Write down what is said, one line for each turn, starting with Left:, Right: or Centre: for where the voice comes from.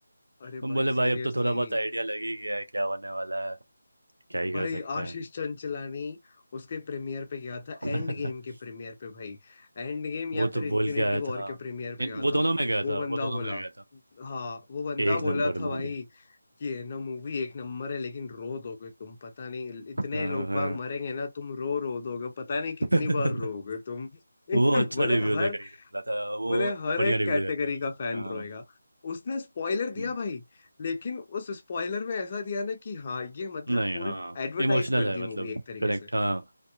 Left: अरे
Right: हम
Left: भाई
Right: बोले भाई
Left: सीरियसली
Right: अब तो थोड़ा बहुत आइडिया लग ही गया है क्या होने वाला है क्या ही कर
Left: भाई
Right: सकते
Left: आशीष
Right: हैं
Left: चंचलानी उसके प्रीमियर पे गया था
Right: <laughs>
Left: एंड गेम
Right: तो
Left: के प्रीमियर पे भाई एंड गेम या
Right: वो तो
Left: फिर इन्फिनिटी
Right: बोल के आया
Left: वॉर
Right: था
Left: के प्रीमियर पे
Right: इन-
Left: गया
Right: वो
Left: था
Right: दोनों में गया
Left: वो
Right: था
Left: बंदा
Right: वो दोनों
Left: बोला
Right: में गया था
Left: हाँ वो बंदा
Right: एक
Left: बोला
Right: नंबर
Left: था भाई
Right: मूवी
Left: कि है ना मूवी एक नंबर है लेकिन रो दोगे तुम पता नहीं इतने
Right: हाँ
Left: लोग
Right: हाँ।
Left: बाग मरेंगे ना तुम रो रो दोगे पता नहीं कितनी
Right: <laughs>
Left: बार रोगे तुम <laughs>
Right: वो अच्छा
Left: बोले
Right: रिव्यू
Left: हर
Right: दे करके बोला था वो
Left: बोले हर
Right: बढ़िया
Left: एक
Right: रिव्यू
Left: कैटेगरी
Right: देता है
Left: का फैन
Right: हाँ
Left: रोएगा उसने स्पॉइलर दिया
Right: हम्म,
Left: भाई लेकिन उस स्पॉइलर में ऐसा दिया ना कि हाँ ये मतलब
Right: नहीं
Left: पूरी
Right: हाँ
Left: एडवर्टाइज
Right: इमोशनल
Left: कर
Right: है
Left: दी
Right: मतलब
Left: मूवी एक तरीके
Right: करेक्ट
Left: से
Right: हाँ